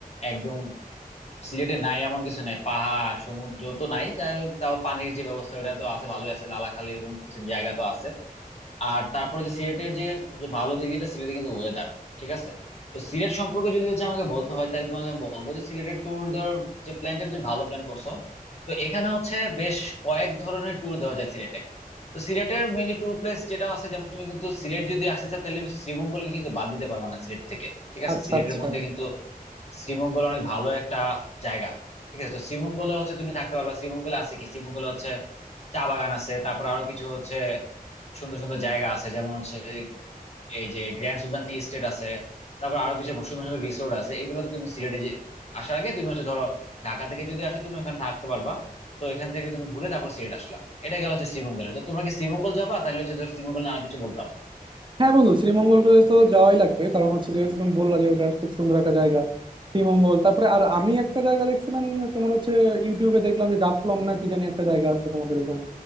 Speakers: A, on the left; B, on the right.
A: একদম সিলেটে নাই এমন কিছু নাই পাহাড় সমুদ্র তো নাই যাই হোক তাও পানির যে ব্যবস্থা ওটা তো আছে ভালোই আছে লালাখালি এরকম কিছু জায়গা তো আছে আর তারপরে যে সিলেটের যে সবচেয়ে ভালো দিক যেটা সিলেটে কিন্তু ওয়েদার ঠিক আছে তো সিলেট সম্পর্কে যদি হচ্ছে আমাকে বলতে হয় তাহলে তোমাকে আমি বলবো যে সিলেটের ট্যুর ধর যে প্ল্যানটা তুমি ভালো প্ল্যান করছো তো এখানে হচ্ছে বেশ কয়েক ধরনের ট্যুর দেওয়া যায় সিলেটে তো সিলেটের মেইনলি ট্যুর প্লেস যেটা আছে যেমন তুমি কিন্তু সিলেট যদি আসতে চাও তাহলে তুমি শ্রীমঙ্গলকে কিন্তু বাদ দিতে পারবা না সিলেট থেকে ঠিক আছে
B: আচ্ছা
A: সিলেটের
B: আচ্ছা
A: মধ্যে কিন্তু শ্রীমঙ্গল অনেক ভালো একটা জায়গা ঠিক আছে তো শ্রীমঙ্গলে হচ্ছে তুমি থাকতে পারবা শ্রীমঙ্গলে আছে কি শ্রীমঙ্গলে হচ্ছে চা বাগান আছে তারপর আরো কিছু হচ্ছে সুন্দর সুন্দর জায়গা আছে যেমন হচ্ছে এই যে গ্র্যান্ড সুলতান টি এস্টেট আছে তারপর আরো কিছু সুন্দর সুন্দর রিসোর্ট আছে এগুলোতে তুমি সিলেটে যে- আসার আগে তুমি হচ্ছে ধরো ঢাকা থেকে যদি আসো তুমি ওখানে থাকতে পারবা তো এখান থেকে তুমি ঘুরে তারপর সিলেট আসলা এটা গেল হচ্ছে শ্রীমঙ্গলে তো তোমরা কি শ্রীমঙ্গল যাবা তাহলে হচ্ছে ধর শ্রীমঙ্গল নিয়ে অনেক কিছু বলতাম
B: হ্যাঁ বন্ধু শ্রীমঙ্গল করে তো যাওয়াই লাগবে কারণ হচ্ছে যেহেতু তুমি বললা যে ওটা খুব সুন্দর একটা জায়গা শ্রীমঙ্গল তারপরে আর আমি একটা জায়গা দেখছিলাম তোমার হচ্ছে ইউটিউবে দেখলাম যে জাফলং না কি জানি একটা জায়গা আছে তোমাদের এখানে